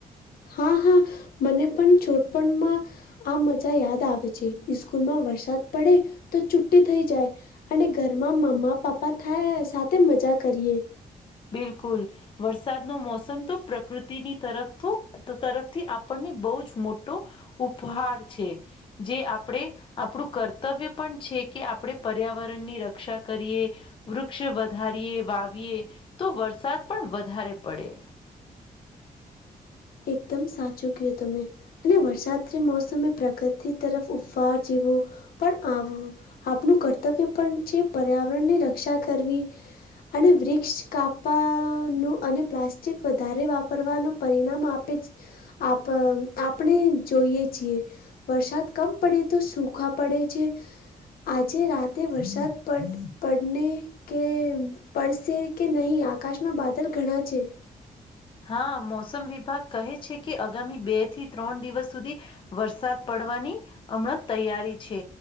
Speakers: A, on the left; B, on the left.
A: હા હા, મને પણ છોડપણમાં આ મજા યાદ આવે છે, સ્કૂલમાં વરસાદ પડે તો છુટ્ટી થઈ જાય. અને ઘરમાં મમ્મા પાપ્પા થાય સાથે મજા કરીએ.
B: બિલકુલ વરસાદ નો મોસમતો, પ્રકૃતિની તરફ તો તરફથી આપણને બહુ જ મોટો ઉપહાર છે, જે આપડે આપડુ કર્તવ્ય પણ છે, કે આપણે પર્યાવરણની રક્ષા કરીએ. વૃક્ષ વધારીએ, વાવીએ, તો વરસાદ પણ વધારે પડે.
A: એકદમ સાચું કયુ તમે. અને વરસાદરી મોસમે પ્રગતિ તરફ ઉપફા જેવો. પણ આમ આપણું કર્તવ્ય પણ છે, પર્યાવરણ ની રક્ષા કરવી. અને વૃક્ષ કાપાનું અને પ્લાસ્ટિક વધારે વાપરવાનું પરિણામ આપ આપેજ આપ આપણે જોઈએ છીએ. વરસાદ કમ પડે તો સૂખા પડે છે. આજે રાતે વરસાદ પડ પડને. કે પડસે કે નહીં, આકાશમાં બાદલ ઘણા છે.
B: હા મોસમ વિભાગ કહે છે કે, આગામી બે થી ત્રણ દિવસ સુધી વરસાદ પડવાની હમણાં તૈયારી છે.